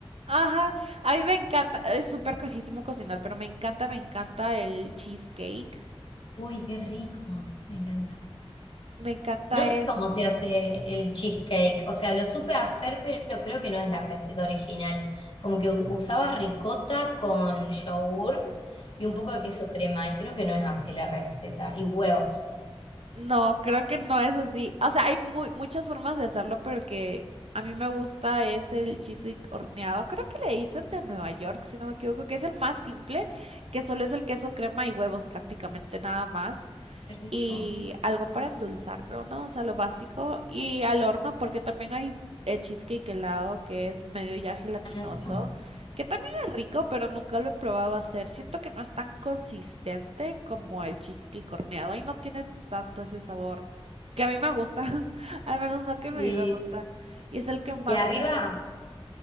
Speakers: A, on the right (about 80°); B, on the left (about 60°).
A: Ajá, a mí me encanta, es súper carísimo cocinar, pero me encanta, me encanta el cheesecake,
B: Uy, qué rico, me encanta.
A: me encanta
B: No
A: eso.
B: sé cómo se hace el cheesecake, o sea, lo supe hacer, pero creo que no es la receta original. Como que u- usaba ricota con yogur y un poco de queso crema, y creo que no es así la receta. Y huevos.
A: No, creo que no es así. O sea, hay muy, muchas formas de hacerlo, pero el que a mí me gusta es el cheesecake horneado. Creo que le dicen de Nueva York, si no me equivoco, que es el más simple, que solo es el queso, crema y huevos prácticamente nada más
B: Qué rico.
A: y algo para endulzar, creo, ¿no? O sea, lo básico. Y al horno, porque también hay eh, cheesecake helado que es medio ya gelatinoso,
B: Ah, no sabe.
A: que también es rico, pero nunca lo he probado a hacer. Siento que no es tan consistente como el cheesecake horneado y no tiene tanto ese sabor que a mí me gusta, <laughs> al menos no que
B: Sí.
A: a mí me gusta. Y es el que más
B: Y arriba,
A: me gusta.